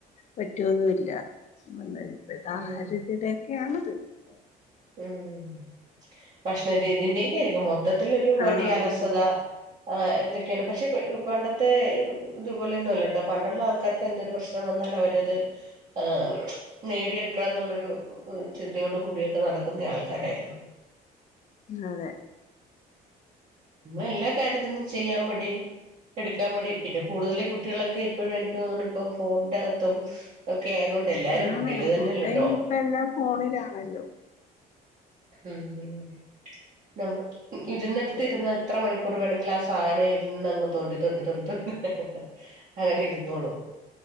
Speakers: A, on the left; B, on the right.
A: പറ്റുവൊന്നുവില്ല. അല്ലേ പിതാഹരിതിടെക്കയാണ്.
B: ഉം
A: <unintelligible>
B: ഉം ഭക്ഷണരീതീന്റക്കെയാരിക്കും മൊത്തത്തിലൊരു മടി
A: ആഹ്
B: അലസത
A: ഉണ്ട്
B: ആ എന്തെ ക്കെയാണ് പക്ഷെ പണ്ടത്തെ ഇതുപോലെയൊന്നുമല്ല കേട്ടോ പണ്ടൊള്ള ആൾക്കാർക്ക് എന്തേലും പ്രശ്നം വന്നാലവരത് ആ നേടിയെടുക്കണന്നൊള്ളൊരു ചിന്തയോടു കൂടിയ ക്കെ നടക്കുന്ന ആൾക്കാരായിരുന്നു.
A: അതേ
B: ഇന്നെല്ലാ കാര്യത്തിനും ചെയ്യാൻ മടി എടുക്കാൻ മടി പിന്നേ കൂടുതലീ കുട്ടികളൊക്കെ എപ്പോഴും എനിക്ക് തോന്നുണു ഇപ്പം ഫോണിന്റകത്തും ഒക്കെ ആയതുകൊണ്ട് എല്ലാരും
A: ആണ്
B: കുട്ടികള് തന്നെയല്ലട്ടോ
A: ഫുൾടൈം ഇപ്പം എല്ലാം ഫോണിലാണല്ലോ.
B: ഉം ഉം നമ്മൾ ഇരുന്നെടത്തിരുന്നു
A: അതെ
B: എത്ര മണിക്കൂ റു വേണ്ടെങ്കിലും ആ സാധനം ഇരുന്നങ്ങു തോണ്ടിത്തോണ്ടിത്തോണ്ടിതോണ്ടി. അങ്ങനെയിരുന്നോളും.